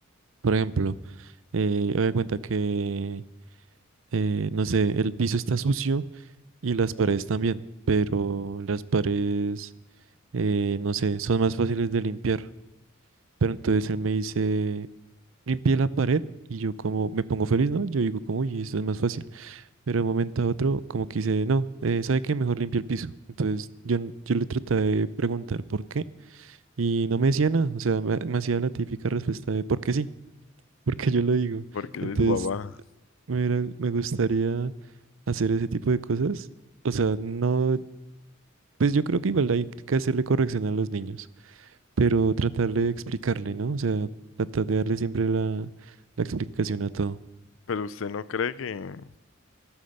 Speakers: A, on the right (about 70°); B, on the left (about 65°).
A: Por ejemplo, eh, me cuenta que, eh, no sé, el piso está sucio y las paredes también, pero las paredes, eh, no sé, son más fáciles de limpiar. Pero entonces él me dice, limpié la pared y yo como me pongo feliz, ¿no? Yo digo como, uy, esto es más fácil. Pero de un momento a otro como que dice, no, eh, ¿sabe qué? Mejor limpia el piso. Entonces yo, n- yo le traté de preguntar por qué y no me decía nada. O sea, me, me hacía la típica respuesta de porque sí, <laughs> porque yo lo digo.
B: porque
A: Entonces
B: es su papá.
A: me, era- me gustaría hacer ese tipo de cosas. O sea, no, pues yo creo que igual hay que hacerle corrección a los niños pero tratar de explicarle, ¿no? O sea, tratar de darle siempre la, la explicación a todo.
B: Pero usted no cree que...